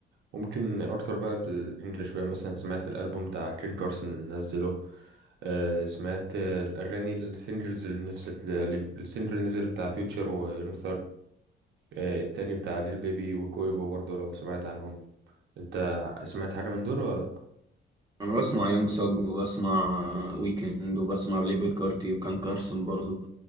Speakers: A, on the right; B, on the right.
A: ممكن اكتر بقى الانجليش بقى مثلا سمعت الالبوم بتاع كين كارسون اللي نزله آه، سمعت الاغاني السingles اللي نزلت ل- ل- السنجل اللي نزل بتاع فيوتشر ويونغ آه، التاني بتاع ليل بيبي وكويبو برضو لو سمعت عنهم انت سمعت حاجة من دول ولا لأ؟
B: أنا بسمع يانج ساج وبسمع ويكند وبسمع بلاي بوي كارتي وكان كارسن برضو